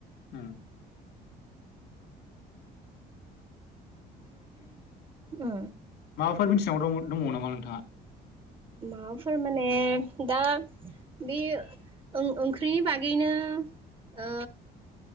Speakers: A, on the left (about 80°); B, on the right (about 30°).
A: उम
B: ओ
A: फोरनि सिङाव दं दंबाव नामा नोंथाङा?
B: माबाफोर माने दा बे ओं-ओंख्रिनि बागैनो ओ